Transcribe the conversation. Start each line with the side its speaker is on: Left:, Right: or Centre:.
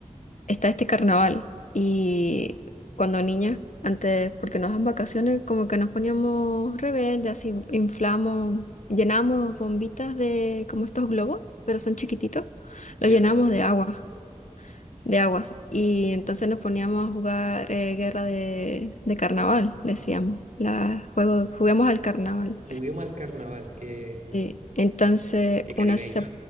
Left: está este carnaval y cuando niñas, antes, porque nos dan vacaciones, como que nos poníamos rebeldes, así inflamos, llenamos bombitas de como estos globos, pero son chiquititos, los
Right: ya.
Left: llenamos de agua, de agua y entonces nos poníamos a jugar eh, guerra de, de carnaval, decíamos, la, juego, juguemos al carnaval.
Right: Juguemos al carnaval, que,
Left: Sí, entonces
Right: que caribeño.
Left: una se,